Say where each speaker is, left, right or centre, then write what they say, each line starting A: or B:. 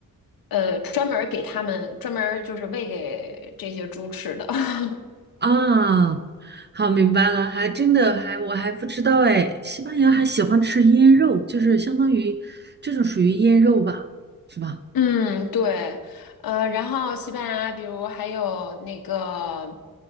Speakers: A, on the left; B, on the right.
A: 呃专门儿给它们专门儿就是喂给这些猪吃的。<laughs>
B: 啊，好，明白了，还真的还我还不知道哎，西班牙还喜欢吃腌肉，就是相当于这种属于腌肉吧，是吧？
A: 嗯，对，呃，然后西班牙，比如还有那个，